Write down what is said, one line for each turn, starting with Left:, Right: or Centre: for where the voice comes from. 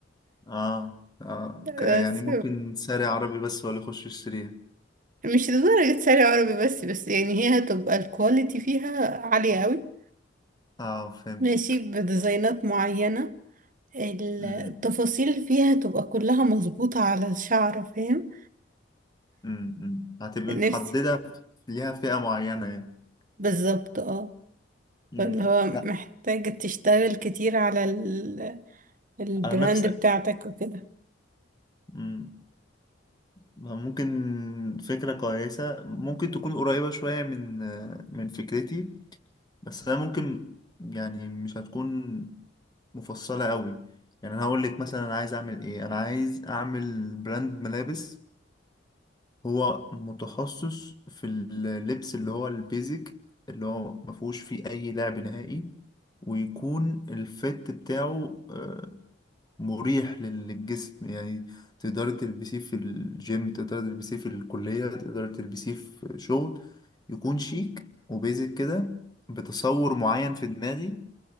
Left: اه اه
Right: بس
Left: ك- يعني ممكن ساري عربي بس ولا يخش يشتريها
Right: مش لدرجة شارع عربي بس بس يعني هي هتبقى الكواليتي فيها عالية قوي
Left: اه فهمتك
Right: ماشي بديزاينات معينة ال-
Left: أمم،
Right: التفاصيل فيها تبقى كلها مظبوطة على الشعر فاهم
Left: أمم، أمم. هتبقي
Right: نفسي
Left: محددة ليها فئة معينة يعني
Right: بالظبط اه
Left: مم.
Right: فاللي هو محتاج
Left: لا
Right: تشتغل كتير على ال... البراند
Left: على نفسك
Right: بتاعتك وكده
Left: مم. ممكن فكرة كويسة ممكن تكون قريبة شوية من من فكرتي بس أنا ممكن يعني مش هتكون مفصلة قوي يعني أنا هقول لك مثلا أنا عايز أعمل إيه أنا عايز أعمل براند ملابس هو متخصص في اللبس اللي هو البيزك اللي هو مفهوش فيه أي لعب نهائي ويكون الفت بتاعه آه، مريح للجسم يعني تقدري تلبسيه في الجيم تقدري تلبسيه في الكلية تقدري تلبسيه في شغل يكون شيك وبيزك كده بتصور معين في دماغي